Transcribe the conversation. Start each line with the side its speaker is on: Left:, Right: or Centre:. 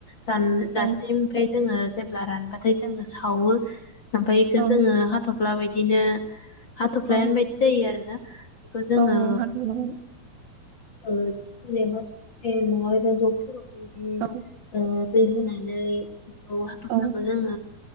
Left: रान जासिम
Right: औ
Left: ओमफ्राय जोंङो जेब्ला रानबाथाय जोंङो सावो ओमफ्राय इखौ
Right: औ
Left: जोंङो हाथफ्ला बायदिनो हाथफ्लायानो
Right: औ
Left: बायदि जायो आरोना बेखौ जोंङो
Right: औ हाथायबाय
Left: ओ टिफिन एबा सुसपेन नंङा एबा जगफोरावनो इदि
Right: औ
Left: दै होनानै दै हाथफ्लाखौ
Right: औ
Left: जो